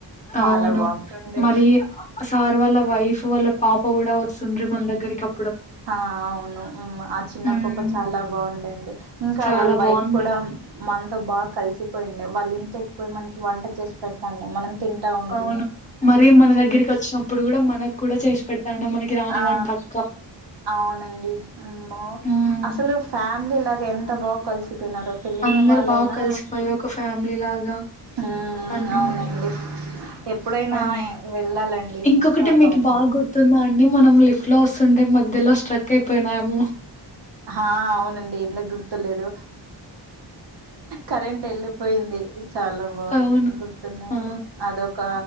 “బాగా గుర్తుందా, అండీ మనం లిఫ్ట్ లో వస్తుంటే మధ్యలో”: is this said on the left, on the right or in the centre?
Left